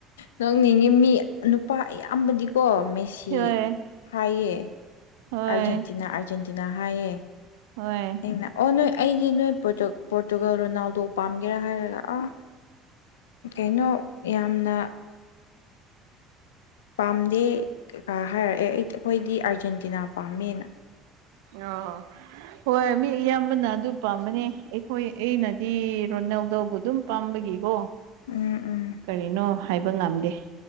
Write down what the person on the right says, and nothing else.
ꯍꯣꯏ
ꯍꯣꯏ
ꯍꯣꯏ
ꯑ ꯍꯣꯏ ꯃꯤ ꯑꯌꯥꯝꯕꯅ ꯑꯗꯨ ꯄꯥꯝꯕꯅꯦ ꯑꯩꯈꯣꯏ ꯑꯩꯅꯗꯤ ꯔꯣ ꯏꯩꯅꯧꯗꯧꯕ ꯑꯗꯨꯝ ꯄꯥꯝꯕꯒꯤꯀꯣ
ꯀꯔꯤꯅꯣ ꯍꯥꯏꯕ ꯉꯝꯗꯦ